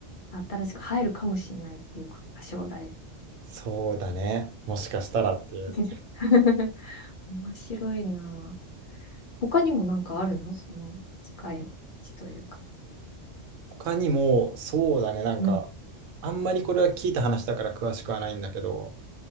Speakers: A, on the left; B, on the right.
A: 新しく入るかもしれないっていうことか、将来。
B: そうだね。もしかしたらっていう。
A: <laughs> 面白いな。他にもなんかあるのその使い道というか。
B: 他にも、そうだね。なんか、
A: うん、
B: あんまりこれは聞いた話だから詳しくはないんだけど、